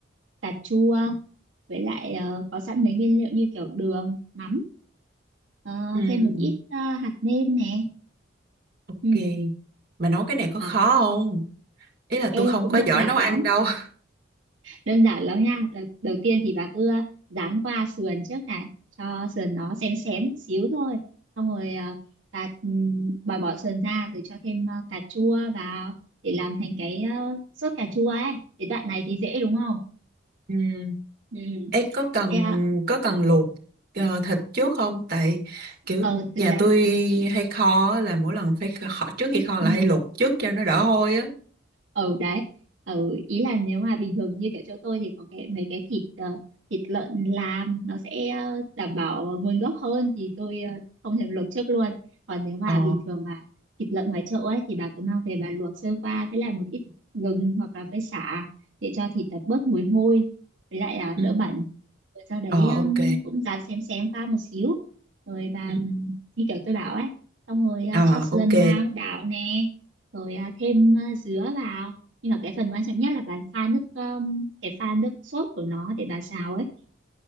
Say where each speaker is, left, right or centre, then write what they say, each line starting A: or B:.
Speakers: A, on the right; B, on the right.
A: cà chua với lại ờ, có sẵn mấy nguyên liệu như kiểu đường mắm ờ,
B: ừ,
A: thêm một ít ờ, hạt nêm nè
B: ok.
A: ừ.
B: Mà nấu cái này có
A: à
B: khó không? Ý là
A: ê
B: tôi không
A: cũng
B: có
A: đơn
B: giỏi
A: giản
B: nấu ăn
A: lắm
B: đâu. <laughs>
A: đơn giản lắm nha đầu, đầu tiên thì bà cứ ờ, dán qua sườn trước này cho sườn nó xém xém một xíu thôi xong rồi ờ, bà ừm, bà bỏ sườn ra rồi cho thêm ờ, cà chua vào để làm thành cái ờ, sốt cà chua ấy cái đoạn này thì dễ đúng không
B: Ừ.
A: ừ
B: Ê có cần
A: thế ờ,
B: có cần luộc ờ, thịt trước không? Tại kiểu
A: ờ, thực
B: nhà
A: ra
B: tôi
A: thì, thì
B: hay kho á, là mỗi lần phải kho trước khi kho
A: ừ.
B: là hay luộc trước cho nó đỡ hôi á.
A: ở đấy ở ý là nếu mà bình thường như kiểu chỗ tôi thì có cái mấy cái thịt ờ, thịt lợn làm nó sẽ ờ, đảm bảo nguồn gốc hơn thì tôi ờ, không thèm luộc trước luôn còn nếu mà
B: Ờ.
A: bình thường mà thịt lợn ngoài chợ ấy thì bà cứ mang về bà luộc sơ qua với lại một ít gừng hoặc là với sả để cho thịt ờ, bớt mùi hôi với lại ờ,
B: Ừ.
A: đỡ bẩn rồi sau đấy
B: Ờ ok.
A: um, cũng dám xém xém qua một xíu rồi và
B: Ừ.
A: um, như kiểu tôi bảo ấy xong rồi à,
B: Ờ
A: cho sườn
B: ok.
A: vào đảo nè rồi à, thêm à, dứa vào nhưng mà cái phần quan trọng nhất là bà pha nước um, cái pha nước sốt của nó để bà xào ấy